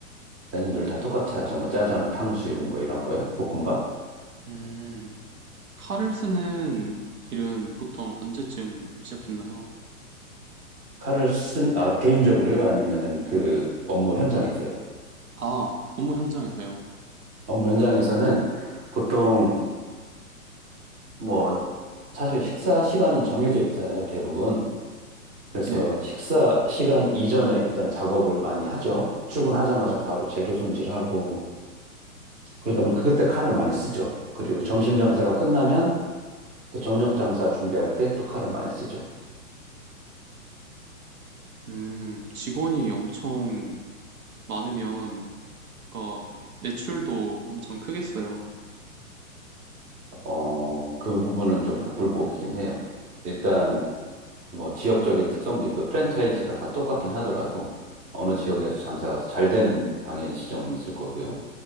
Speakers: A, on the right; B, on the right.
A: 메뉴들 다 똑같이 하죠. 뭐 짜장, 탕수육 뭐 이런 거요. 볶음밥.
B: 음, 칼을 쓰는 일은 보통 언제쯤 시작했나요?
A: 칼을 쓴, 아, 개인적으로요? 아니면은 그 업무 현장에서요?
B: 아, 업무 현장에서요.
A: 업무 현장에서는 보통 뭐 사실 식사 시간은 정해져 있잖아요. 대부분. 그래서
B: 예.
A: 식사 시간 이전에 일단 작업을 많이 하죠. 출근하자마자 바로 재료 손질하고 그러다 보니 그때 칼을 많이 쓰죠. 그리고 점심 장사가 끝나면 또 저녁 장사 준비할 때 또 칼을 많이 쓰죠.
B: 음, 직원이 엄청 많으면, 그러니까 매- 매출도 엄청 크겠어요.
A: 어, 그 부분은 좀 복불복이긴 해요. 일단 뭐 지역적인 특성도 있고요. 프랜차이즈가 다 똑같긴 하더라도 어느 지역에서 장사가 더 잘 되는 당연히 지점은 있을 거고요.